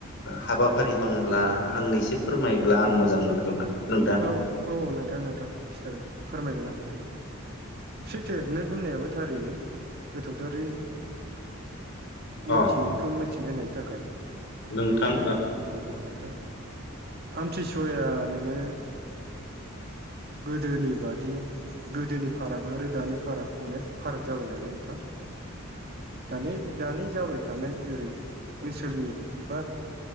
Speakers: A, on the left (about 60°); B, on the right (about 50°).
A: हाबाफारि दंब्ला आंनो इसे फोरमायोब्ला आं मोजां मोनगौमोन। नोंथां
B: औ औ नोंथां नोंथां खिथागोन फोरमायगोन आं फोरमायगोन। सैथो नों होननायाबो थारैनो गोथौथारै मोनथियैखौ
A: अ
B: मिथिहोनायनि थाखाय
A: नोंथां
B: अ नोंथां आमथिसुवाया नोङो गोदोनि बादि गोदोनि फाराग आरो दानि फाराग अनेक फाराग जाबाय नालाय नोंथां दानि दानि जाबाय थानाय ओरै ओनसोलनि एबा